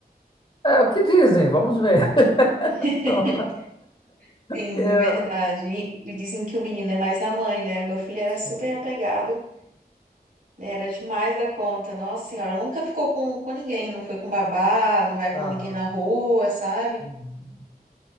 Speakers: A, on the left; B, on the right.
A: É o que dizem, vamos ver. <laughs>
B: <laughs>
A: Então,
B: Sim,
A: que, é-
B: verdade. E, e dizem que o menino é mais na mãe, né? Meu filho era super
A: sim,
B: apegado, né? Era demais da conta. Nossa senhora, nunca ficou com, com ninguém, não foi com babá, não vai com
A: aham.
B: ninguém na rua, sabe?
A: Uhum.